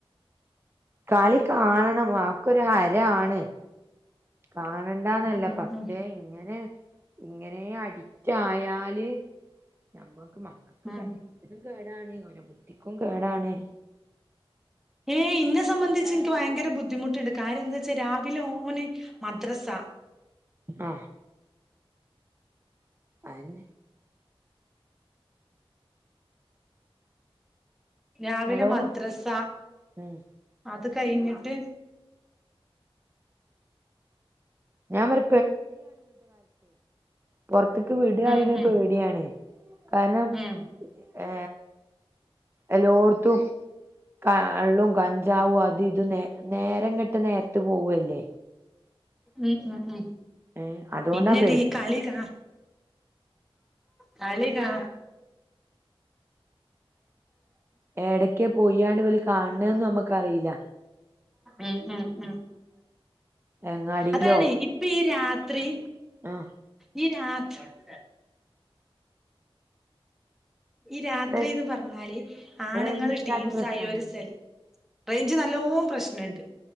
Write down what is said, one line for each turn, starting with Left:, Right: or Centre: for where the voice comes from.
Right: കളി കാണണം അക്കൊരു ഹരാണ് കാണണ്ടന്നല്ല
Centre: ഉം
Right: പക്ഷേ
Centre: ഉം
Right: ഇങ്ങനെ ഇങ്ങനെ അടിറ്റായാല് നമ്മ മക്കക്ക്
Centre: ഉം
Right: ശരീരത്തിനും കേടാണ് ഓലെ ബുദ്ധിക്കും കേടാണ്
Centre: ഏ ഇന്നെ സംബന്ധിച്ച്ൻക്ക് ഭയങ്കര ബുദ്ധിമുട്ട്ണ്ട് കാര്യം ന്താച്ചാ രാവിലെ ഓന് മദ്രസ
Right: അ അനേ
Centre: രാവിലെ
Right: നല്ലോ
Centre: മദ്രസ
Right: ഉം
Centre: അധ്യ ത് കഴിഞ്ഞിട്ട്
Right: ഞാൻ പറ പൊറ്ത്ത്ക് വിടറിനെപേടിയാണെ
Centre: ഉം ഉം
Right: കാരണം
Centre: ഉം
Right: ഏ എല്ലോട്ത്തും ക ള്ളും കഞ്ചാവും അത് ത് നേ നേരം കെട്ട നേര്ത്ത് പോവല്ലേ
Centre: ഉം ഉം ഉം
Right: ഏഹ് അതോണ്ടാ
Centre: പിന്നെടി
Right: പേടി
Centre: ഈ കളിക കളികാ
Right: ഏടെക്കെ പോയാണ്ട് ഇവല് കാണ് ണേന്നുംനമ്മക്കറീല്ല
Centre: ഉം ഉം ഉം
Right: അങ്ങാടിയിലോ
Centre: അതാണ് ഇപ്പ ഈ രാ ത്രി
Right: ആഹ്
Centre: ഇ രാത്ര <inaudible> ഇ രാത്രിന്ന്
Right: റേ
Centre: പറഞ്ഞാല് ആണുങ്ങള്
Right: റേഞ്ചില്ലാത്ത
Centre: ട്ടിംസായി
Right: പ്രശ്നണ്ടോ
Centre: ഒരു സെൽ റേഞ്ച് നല്ലോം പ്രശ്നണ്ട്